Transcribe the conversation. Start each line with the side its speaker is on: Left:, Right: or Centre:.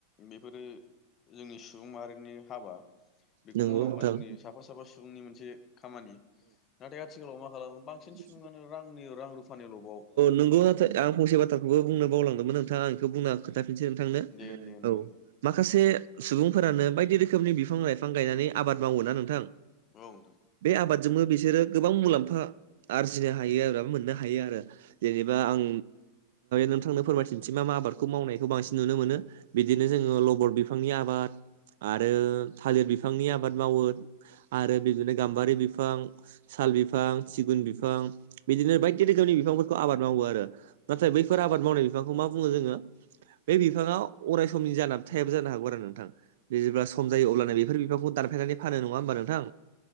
Left: बेफोरो जोंनि सुबुं माहारिनि हाबा बेखौ
Right: नंगौ
Left: मावनांगौआ
Right: नोंथां
Left: जोंनि साफा साफा सुबुंनि मोनसे खामानि नाथाय आथिखालाव मा खालामो बांसिन सुबुङानो
Right: औ
Left: रांनि रां रुफानि लबाव
Right: नंगौ नाथाय आं फंसे बाथ्राखौबो बुंनो बावलांदोंमोन नोंथाङा आं बेखौ बुंनां खोन्थाफिनसै नोंथांनो
Left: दे दे होनदों
Right: औ
Left: दे
Right: माखासे सुबुंफोरानो बायदि रोखोमनि बिफां लाइफां गायनानै आबाद मावो ना नोंथां
Left: नोंथां औ
Right: बे आबादजोंबो बिसोरो गोबां मुलाम्फा आरजिनो हायो आरो मोननो हायो आरो जेनेबा आं नोंथांनो फोरमायथिनोसै मा मा आबादखौ मावनायखौ बांसिन नुनो मोनो बिदिनो जोङो लबर बिफां नि आबाद आरो थालिर बिफांनि आबाद मावो आरो बिदिनो गामबारि बिफां साल बिफां सिगुन बिफां बिफां बिदिनो बायदि रोखोमनि बिफांफोरखौ आबाद मावो आरो नाथाय बैफोर आबाद मावनाय बिफांखौ मा बुङो जोङो बे बिफाङा अराय समनि जाना थायाबो जानो हागौ। नोंथां जेब्ला सम जायो अब्लानो बेफोर बिफाखौ दानफायनानै फानो नङा होमबा नोंथां